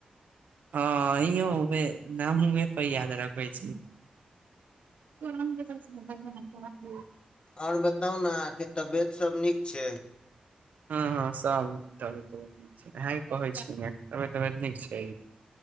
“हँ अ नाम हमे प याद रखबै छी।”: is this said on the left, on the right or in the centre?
Right